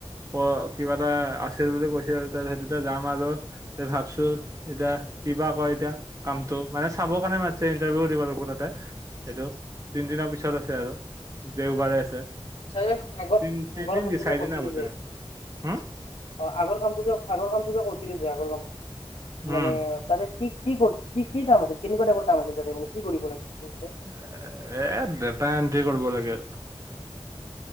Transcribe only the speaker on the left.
আচ্ছা যে আগত
আগৰ কামবোৰ
কৰিছিলি
যে
অহ আগৰ কামটো যে আগৰ কামটো যে কৰিছিলোঁ যে আগৰ কামটো
মানে তাৰে কি কি কৰি কি কি কাম আছে কেনেকুৱা টাইপৰ কাম আছে তাতে মান কি কৰিব লাগে